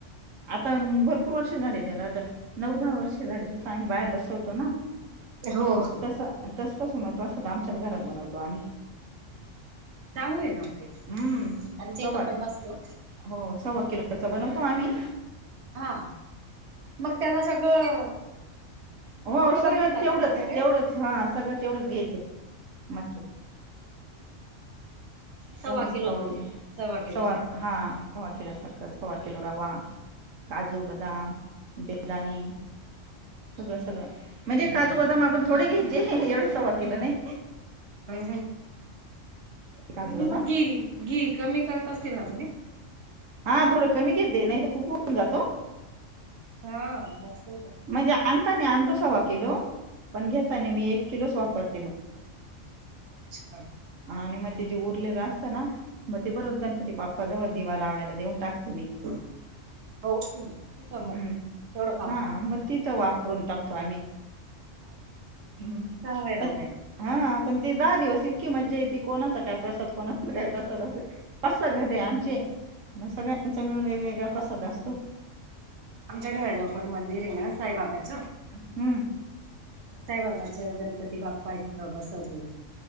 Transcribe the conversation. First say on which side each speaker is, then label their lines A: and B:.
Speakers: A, on the right; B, on the right.
A: आता भरपूर वर्ष झाले त्याला तर नऊ दहा वर्ष झाले तस आम्ही बाहेर बसवतो ना
B: हो
A: म तस तसपासून मग प्रसाद आमच्याच घरात बनवतो आम्ही
B: चांगलं आहे ना पाई
A: हम्म
B: अच्या
A: सव्वा
B: इथ पण वाचतो
A: हो सव्वा किलच बनवतो आम्ही
B: हा मग त्याला सगळं
A: हो
B: बरोबर
A: सगळं
B: घेता
A: तेवढंच
B: का मटेरियल?
A: तेवढंच हा सगळं तेवढंच घ्यायचं माते स्वा
B: सव्वा
A: सवा
B: दूध.
A: किलो
B: सव्वा किलो
A: सवा
B: साखर.
A: हा सवा किला साखर स्वा किो रवा काजू
B: अच्छा
A: बदम
B: हो
A: बिदणी
B: हो.
A: सगळं सगळं म्हणजे काजू बदाम आपण थोडे घ्यायचे एवढे सभाग केलं नाही
B: वस
A: काजू
B: आणि
A: बदाम
B: मग घी घी कमी करत असतील ना तुम्ही
A: हा थोडं कमी घेत दे नाही तर खूप होऊन जातो
B: हा बसू तला
A: म्हणजे आणतो सवा किलो पण घेता नाही मी एक किलोच वापरते मग
B: अच्छा
A: आणि मग ते जे उरलेलं असत ना मग ते परत गणपती
B: हम्म.
A: बाप्पा जवळ दिवा लावायला देऊन टाकत
B: हो तिथ आहे
A: हम्म
B: मग थोडं
A: हा मग तिथं वापरून टाकतो आम्ही
B: हा
A: हम्म
B: चांगय ना
A: पण
B: म
A: हा पण ते दहा दिवस इतकी मजा येते कोणाचा काय प्रसाद कोणाचा काय प्रसाद अस घर आहे आमचे सगळ्यांचा मिळून वेगवेगळा कसाद असतो
B: माच्या घराजव पण मंदिर आहे ना साईबाबाच
A: हम्म
B: साईबाबाच्या गणपती बाप्पा तिथं बसवलेले